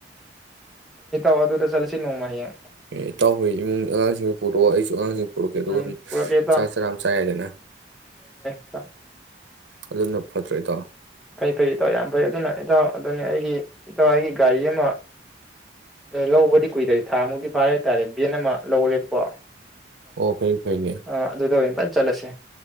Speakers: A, in the centre; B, on the right.
A: ꯋꯥ ꯑꯗꯨꯗ ꯆꯂꯁꯤ ꯅꯣꯡꯃ ꯍꯦ
B: ꯏꯇꯥꯎꯍ ꯏꯃꯨꯡ ꯑꯉꯥꯡꯁꯤꯡꯗ ꯄꯨꯔꯛꯑꯣ ꯑꯩꯁꯨ ꯑꯉꯥꯡꯁꯤꯡ ꯄꯨꯔꯛꯀꯦ ꯑꯗꯨꯒ
A: ꯎꯝ
B: ꯁꯝ
A: ꯄꯨꯔꯛꯀꯦ ꯏꯇꯥꯎ
B: ꯆꯥꯛ ꯆꯔꯥ ꯆꯥꯏꯗꯅ
A: ꯑ
B: ꯑꯗꯨꯅ ꯐꯠꯇ꯭ꯔꯩꯗꯥꯎ
A: ꯐꯩ ꯐꯩ ꯏꯇꯥꯎ ꯌꯥꯝ ꯐꯩ ꯑꯗꯨꯅ ꯏꯇꯥꯎ ꯑꯗꯨꯅꯤ ꯑꯩꯒꯤ ꯏꯇꯥꯎ ꯑꯩꯒꯤ ꯒꯥꯔꯤ ꯑꯃ ꯂꯧꯕꯗꯤ ꯀꯨꯏꯗꯦ ꯊꯥꯃꯨꯛꯇꯤ ꯐꯥꯔꯦ ꯍꯥꯏꯇꯥꯔꯦ ꯚꯦꯟ ꯑꯃ ꯂꯧꯔꯦꯕꯀꯣ ꯑ
B: ꯑꯣ ꯐꯩ ꯐꯩꯅꯦ
A: ꯑ ꯑꯗꯨꯗ ꯆꯂꯁꯦ